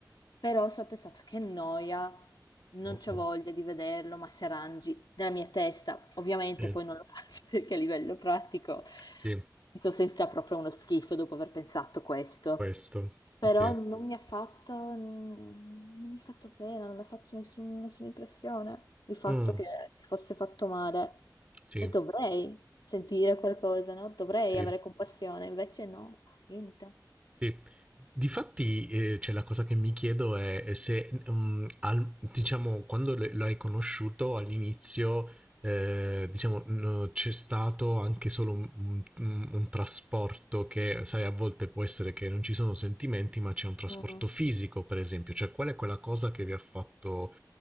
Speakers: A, on the left; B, on the right.
A: Però so, ho pensato che noia, non
B: Mm,
A: c'ho
B: mm.
A: voglia di vederlo, ma se arrangi nella mia testa. Ovviamente
B: Sì,
A: poi non lo faccio <laughs> perché a livello pratico
B: sì,
A: mi sono sentita proprio uno schifo dopo aver pensato questo
B: questo,
A: però
B: sì.
A: non mi ha fatto, non mi ha fatto pena, non mi ha fatto nessun- nessuna impressione il fatto
B: Mm,
A: che si fosse fatto male.
B: sì,
A: E dovrei sentire qualcosa, no? Dovrei
B: sì.
A: avere compassione, invece no, niente.
B: Sì, difatti, ehm, cioè la cosa che mi chiedo è se, mhmm, al diciamo quando l lo hai conosciuto all'inizio, ehm, diciamo, n c'è stato anche solo un un un un trasporto che, sai, a volte può essere che non ci sono sentimenti, ma c'è un trasporto
A: Mm.
B: fisico, per esempio. Cioè, qual è quella cosa che vi ha fatto,